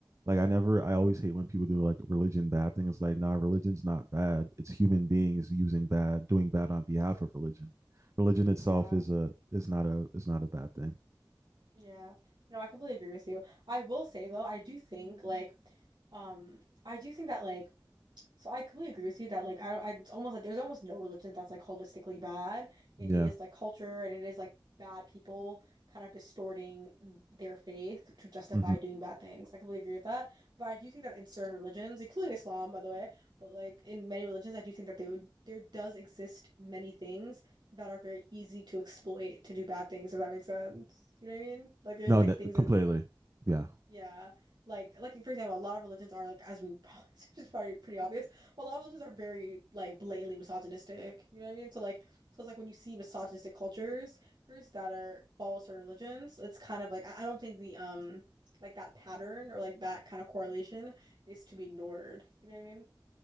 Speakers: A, on the right; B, on the right.
A: like i never i always hate when people do like religion bad thing it's like nah religion's not bad it's human beings using bad doing bad on behalf of religion religion itself
B: Yeah.
A: is a is not a is not a bad thing
B: Yeah. No, I completely agree with you. I will say though, I do think like um I do think that like So I completely agree with you that like I don't I it's almost like there's almost no religion that's like holistically bad. It
A: yeah
B: is like culture and it is like bad people kind of distorting their faith to justify
A: mm-hmm.
B: doing bad things. I completely agree with that. But I do think that in certain religions, including Islam, by the way, but like in many religions, I do think that they would there does exist many things that are very easy to exploit to do bad things, if that makes sense. You know what I mean? Like there's
A: no
B: like
A: that,
B: things that
A: completely yeah
B: yeah, like like for example, a lot of religions are like as we probably <laughs> it's probably pretty obvious, but a lot of religions are very like blatantly misogynistic. You know what I mean? So like so it's like when you see misogynistic cultures that are follow certain religions, it's kind of like I, I don't think the um like that pattern or like that kind of correlation is to be ignored. You know what I mean?